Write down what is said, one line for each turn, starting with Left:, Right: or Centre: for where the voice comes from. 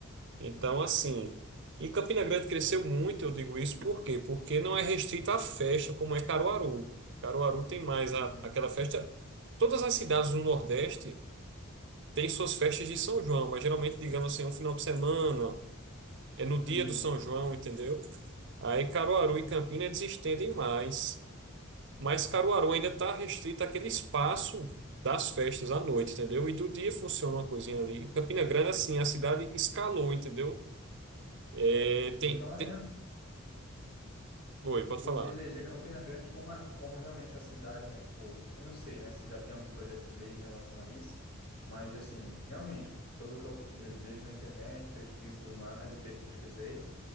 Right: Então assim, e Campina Grande cresceu muito, eu digo isso por quê? Porque não é restrito à festa como é Caruaru. Caruaru tem mais
Left: Uhum.
Right: a, aquela festa. Todas as cidades do Nordeste tem suas festas de São João, mas geralmente, digamos assim, é um final de semana, é no dia
Left: Uhum.
Right: do São João, entendeu? Aí Caruaru e Campina eles estendem mais, mas Caruaru ainda está restrito àquele espaço das festas à noite, entendeu? E do dia funciona uma coisinha ali. Campina Grande, assim, a cidade escalou, entendeu? É, tem,
Left: Então, é
Right: tem... Oi, pode
Left: Podia
Right: falar.
Left: eleger Campina Grande como, a- como realmente a cidade, né? Tipo, eu não sei, né, se já tem algum projeto de lei em relação a isso, mas, assim, realmente, pelo que eu ve- vejo na internet, pesquiso e tudo mais, e pesquisei,